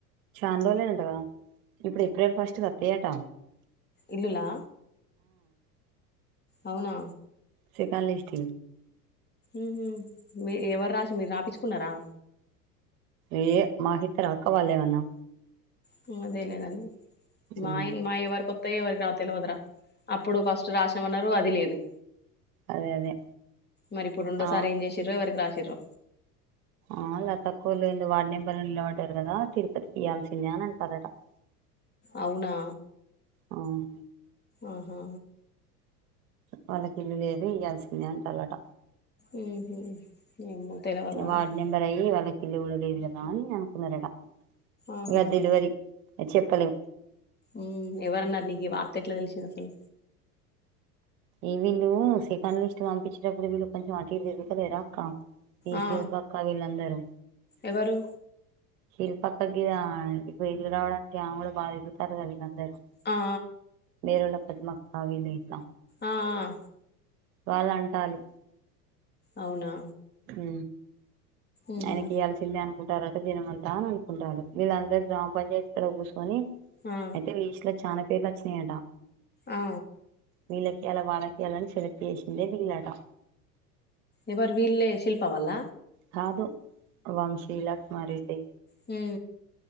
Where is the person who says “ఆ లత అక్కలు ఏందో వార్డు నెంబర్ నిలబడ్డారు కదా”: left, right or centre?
Right